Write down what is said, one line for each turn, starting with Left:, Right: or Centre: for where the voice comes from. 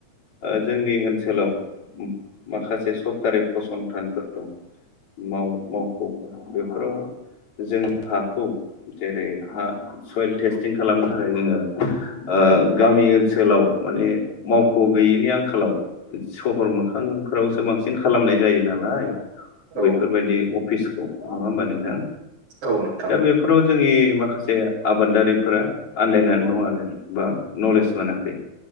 Left: ओ जोंनि ओनसोलाव माखासे सरखारि फसंथानफोर दं। माव मावख' बेफोराव जों हाखौ जेरै हा सयल टेस्टिं खालामनो थाखाय जोङो ओ गामि ओनसोलाव माने मावख' गैयिनि आंखालाव सहर मोखांफोरावसो बांसिन खालामनाय जायो नालाय।
Right: औ
Left: बैफोरबायदि अफिसखौ नङा होमबा नोंथां?
Right: औ नोंथां।
Left: दा बेफोराव जोंनि माखासे आबादारिफोरा आन्दायनानै। दं आरो बा नलेज मोनाखै